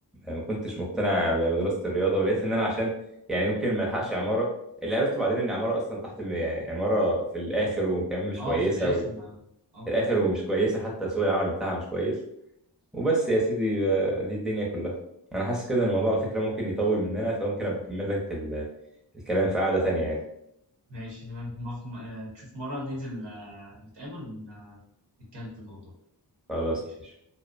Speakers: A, in the centre; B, on the right.
A: ما كنتش مقتنع ب- بدراسه الرياضه ولقيت ان انا عشان يعني يمكن ما الحقش عماره اللي عرفته بعدين ان عماره اصلا تحت م- يعني عماره في الاخر وكمان مش
B: اه
A: كويسه
B: في الاخر
A: وفي
B: ما اه
A: الاخر ومش كويسه حتى سوق العمل بتاعها مش كويس وبس يا سيدي آه، دي الدنيا كلها انا حاسس كده ان الموضوع على فكرة ممكن يطول مننا فممكن ابقى اكمل لك ال- الكلام في قعدة تانية يعني
B: ماشي نبقى نبقى- آه، نشوف مرة ننزل آه، نتقابل ونتكلم في الموضوع
A: خلاص
B: ماشي
A: ماشي